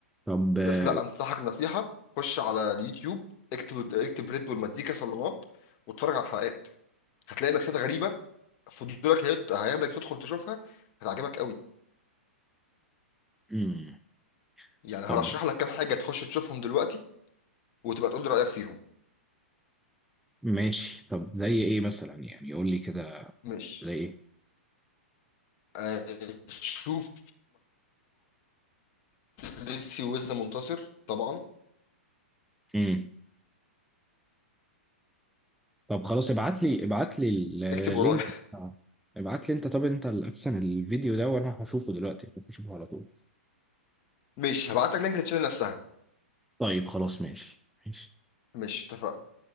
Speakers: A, in the centre; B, on the left.
A: طب آه،
B: بس لا انصحك نصيحة خش على اليوتيوب اكتب اكتب ريد بول مزيكا صالونات واتفرج على الحلقات هتلاقي ميكسات غريبة فضولك هيط- هياخدك تدخل تشوفها هتعجبك قوي
A: مم.
B: يعني
A: طب
B: هرشح لك كام حاجة تخش تشوفهم دلوقتي وتبقى تقول لي رأيك فيهم
A: ماشي طب زي ايه مثلا يعني قول لي كده
B: ماشي
A: زي ايه
B: آه، شوف محلتي وزة منتصر طبعا
A: امم طب خلاص ابعت لي ابعت لي
B: اكتب
A: اللينك
B: ورايا
A: بتاع ابعت لي انت طب انت الاحسن الفيديو ده وانا هشوفه دلوقتي هشوفه على طول
B: <laughs> ماشي هبعت لك لينك للتشانل نفسها
A: طيب خلاص ماشي ماشي
B: ماشي اتفقنا